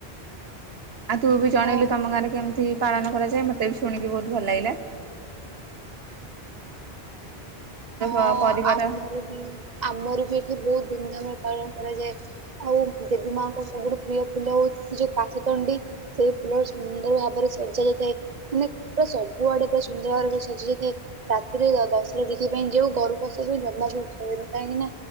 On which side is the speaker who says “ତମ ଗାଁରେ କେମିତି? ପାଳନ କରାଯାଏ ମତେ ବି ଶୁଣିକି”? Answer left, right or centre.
Right